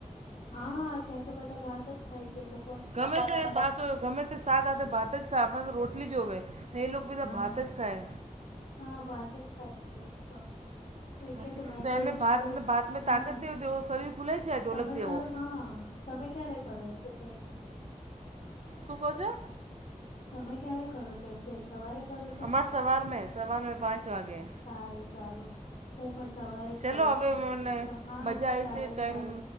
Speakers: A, on the left (about 60°); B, on the right (about 55°).
A: હા ત્યાં તો બધા ભાત જ ખાય છે લોકો.
B: ગમે તે ભાત હોય ગમે તો શાક હાથે ભાત જ ખાય આપણે તો રોટલી જોવે ને એ લોકો બધા
A: હા
B: ભાત જ ખાય.
A: હા ભાત જ ખાય છે એ તો એટલે
B: હાચી
A: તો મેં તો
B: એમે
A: એવું જ
B: ભાત
A: કીધુ છુ
B: ભાતમાં
A: હા
B: તાકત નહીં હોતી એવો શરીર ફૂલાઈ જાય ઢોલક
A: તમે
B: જેવો
A: કરો હા તમે ક્યારે કરો એક્સરસાઇઝ.
B: શું કો છો
A: તમે ક્યારે કરો છો એક્સરસાઇઝ સવારે. કરો છો
B: અમાર સવાર મે સવાર મે પાંચ વાગે.
A: સારું સારું હું પણ સવારે જ
B: ચલો
A: કરું
B: હવે
A: છું
B: મને
A: તમ હા
B: મજા આવી
A: ચાલો
B: છે ટાઈમ
A: ચાલો.